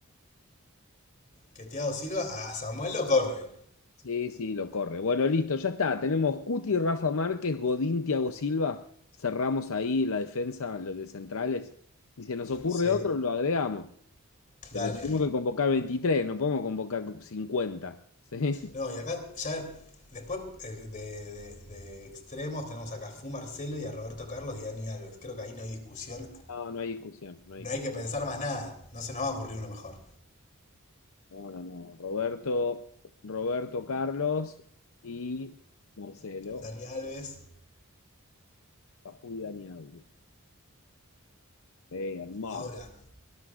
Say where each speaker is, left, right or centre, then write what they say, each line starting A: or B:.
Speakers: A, on the left; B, on the left.
A: que thiago Silva a Samuel lo corre.
B: Sí, sí, lo corre. Bueno, listo, ya está. Tenemos Cuti, Rafa Márquez, Godín, Thiago Silva. Cerramos ahí la defensa, los de centrales. Y si nos ocurre
A: Sí,
B: otro, lo agregamos. Pero
A: dale.
B: tenemos que convocar 23. no podemos convocar cincuenta. ¿Sí?
A: No, y acá ya después eh, de, de- de extremos tenemos acá a Fu Marcelo y a Roberto Carlos y a Dani Alves. Creo que ahí no hay discusión.
B: No, no hay discusión, no hay
A: No
B: discusión.
A: hay que pensar más nada. No se nos va a ocurrir uno mejor.
B: No, no, no. Roberto, Roberto Carlos y Marcelo,
A: Dani Alves.
B: Cajú y Dani Alves. Eh, hermoso.
A: Ahora,